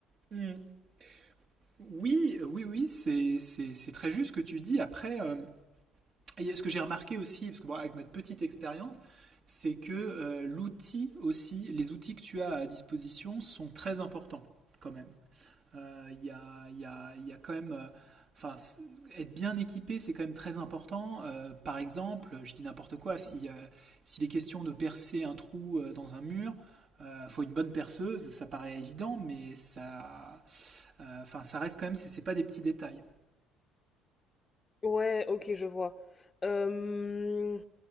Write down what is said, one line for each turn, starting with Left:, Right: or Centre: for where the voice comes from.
Right: Hmm. Oui, euh, oui, oui, c'est, c'est, c'est très juste ce que tu dis. Après, euh, et ce que j'ai remarqué aussi, parce que bon, avec ma petite expérience, c'est que euh, l'outil aussi, les outils que tu as à disposition sont très importants quand même. Euh, Il y a, il y, a, il y, a, quand même. euh, Enfin, c- être bien équipé, c'est quand même très important. Euh, par exemple, je dis n'importe quoi, si, euh, s'il est question de percer un trou euh, dans un mur, il faut une bonne perceuse, ça paraît évident, mais ça, euh, enfin, ça reste quand même, c'est, c'est pas des petits détails.
Left: Ouais, ok, je vois. Euh,